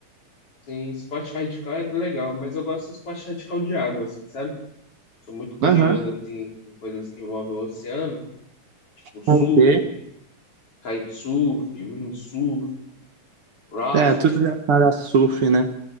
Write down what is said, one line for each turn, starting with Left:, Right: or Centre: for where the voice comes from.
Left: Sim, esporte radical é legal, mas eu gosto de esporte radical de água, assim, sabe? Sou muito curioso,
Right: Aham.
Left: assim, em coisas que envolvem o oceano, tipo surf,
Right: Ok.
Left: kitesurf, windsurf, raft,
Right: É, tudo relacionado a surf, né?